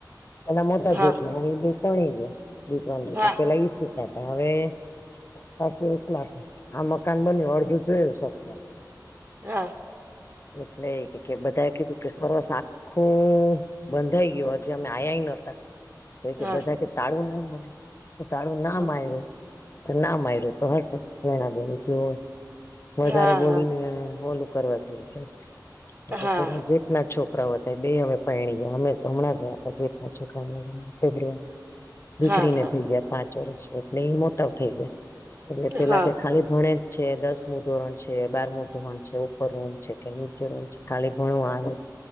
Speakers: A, on the left; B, on the right.
A: પેલા મોટા
B: હા
A: જેટ હ બે પણ ગયા.
B: હા
A: પેલા ઈ સુતા હતા હવે. સાસું એક લાખ આ મકાન બન્યું અડધું જોયું સસરા.
B: હા.
A: એટલે એ કે બધા કીધું કે સરસ આ. આખુ બંધાઈ ગયો હજી અમે આ્યા નો હતા. તો એ
B: હા
A: કે બધા કે તાળું ના મારે તો તાળું ના
B: હા
A: મારે્યું. ના માર્યું તો હશે વેણા દેણી જો વધારે
B: હા
A: બોલીને
B: હા
A: ઓલું. કરવા જેવ છે એલે
B: હા
A: પેલા જેટના છોકરાઓ. બે હવે પરણી ગયા અમે હમણાં જયા હતા જે છોકરાઓર દીકરીને
B: હા હા
A: થઈ ગયા પાંચ વર્ષ એટલે એ મોટા થઈ ગયા એટલે પેલા
B: હા
A: કે ખાલી ભણે છે દસમું ધોરણ છે બારમું ધોરણ છે. રૂમ છે કે નીચે રૂમ છે ખાલી ભણવા આરુ